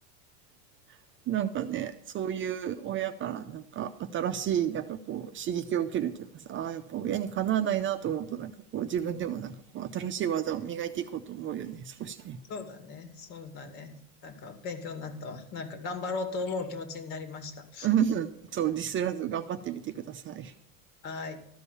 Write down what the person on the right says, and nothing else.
<laughs> なんかね、そういう親からなんか新しいなんかこう刺激を受けるというかさ、ああー、やっぱ親にかなわないなと思うとなんかこう自分でもなんかこう新しい技を磨いていこうと思うよね、少しね。
うん。そう、ディスらず頑張ってみてください。